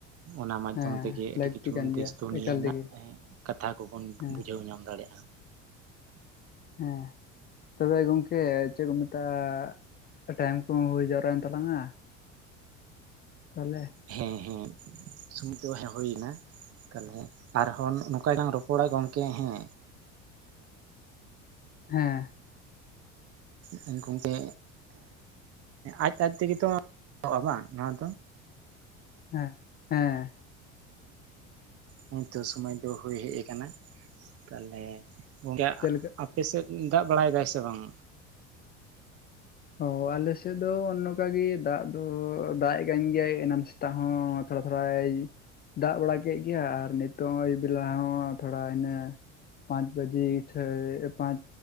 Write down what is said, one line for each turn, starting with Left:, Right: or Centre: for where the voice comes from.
Right: ᱚᱱᱟ ᱢᱟᱫᱽᱫᱷᱚᱢ
Left: ᱦᱮᱸ
Right: ᱛᱮᱜᱮ ᱟᱹᱰᱤ
Left: ᱞᱟᱹᱠᱛᱤ
Right: ᱠᱤᱪᱷᱩ
Left: ᱠᱟᱱ
Right: ᱫᱮᱥ
Left: ᱜᱮᱭᱟ
Right: ᱫᱩᱱᱤᱭᱟᱹ
Left: ᱮᱠᱟᱞ ᱛᱮᱜᱮ
Right: ᱱᱟᱜ ᱠᱟᱛᱷᱟ ᱠᱚᱵᱚᱱ
Left: ᱦᱮᱸ
Right: ᱵᱩᱡᱷᱟᱹᱣ ᱧᱟᱢ ᱫᱟᱲᱮᱭᱟᱜᱼᱟ
Left: ᱦᱮᱸ ᱛᱚᱵᱮ ᱜᱚᱢᱠᱮ ᱪᱮᱫ ᱠᱚ ᱢᱮᱛᱟᱜᱼᱟ ᱴᱟᱭᱤᱢ ᱠᱚ ᱦᱩᱭ ᱡᱟᱣᱨᱟᱭᱮᱱ ᱛᱟᱞᱟᱝᱟ ᱛᱚᱞᱮ
Right: ᱦᱮᱸ ᱦᱮᱸ ᱥᱚᱢᱚᱭ ᱛᱚ ᱦᱮᱸ ᱦᱩᱭᱮᱱᱟ ᱛᱟᱦᱞᱮ ᱟᱨᱦᱚᱸ ᱱᱚᱝᱠᱟ ᱜᱮᱞᱟᱝ ᱨᱚᱯ ᱼᱼ ᱯᱚᱲᱟ ᱜᱚᱢᱠᱮ ᱦᱮᱸ
Left: ᱦᱮᱸ
Right: ᱦᱮᱸ ᱜᱚᱢᱠᱮ ᱟᱡᱼᱟᱡ ᱛᱮᱜᱮᱛᱚ ᱯᱚᱼᱟ ᱵᱟᱝ ᱱᱚᱣᱟ ᱫᱚ
Left: ᱦᱮᱸ ᱦᱮᱸ
Right: ᱦᱮᱸ ᱛᱚ ᱥᱩᱢᱚᱭ ᱫᱚ ᱦᱩᱭ ᱦᱮᱡ ᱟᱠᱟᱱᱟ ᱛᱟᱦᱚᱞᱮ ᱜᱚᱝᱠᱮ
Left: ᱪᱮᱫ ᱞᱮᱠᱟ
Right: ᱯᱮ ᱥᱮᱫ ᱫᱟᱜ ᱵᱟᱲᱟᱭᱮᱫ ᱟᱭ ᱥᱮ ᱵᱟᱝ
Left: ᱦᱚᱭ ᱟᱞᱮ ᱥᱮᱫ ᱫᱚ ᱱᱚᱝᱠᱟ ᱜᱮ ᱫᱟᱜ ᱫᱚ ᱫᱟᱜ ᱮᱜ ᱠᱟᱱ ᱜᱮᱭᱟᱭ ᱮᱱᱟᱝ ᱛᱚ ᱦᱚᱸ ᱛᱷᱚᱲᱟ ᱛᱷᱚᱲᱟᱭ ᱫᱟᱜ ᱵᱟᱲᱟ ᱠᱮᱫ ᱜᱮᱭᱟ ᱟᱨ ᱱᱤᱛᱚᱜ ᱟᱹᱭᱩᱵ ᱵᱮᱞᱟ ᱦᱚᱸ ᱛᱷᱚᱲᱟ ᱤᱱᱟᱹ ᱯᱟᱸᱪ ᱵᱟᱡᱮ ᱪᱷᱮ ᱯᱟᱸᱪ